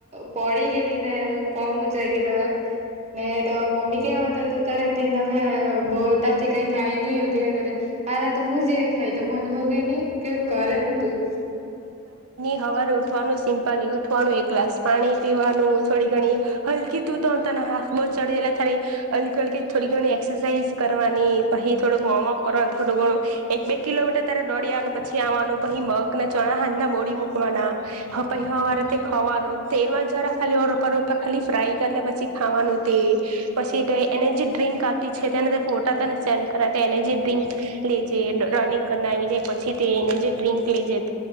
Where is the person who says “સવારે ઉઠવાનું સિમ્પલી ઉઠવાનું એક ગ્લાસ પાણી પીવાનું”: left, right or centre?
Right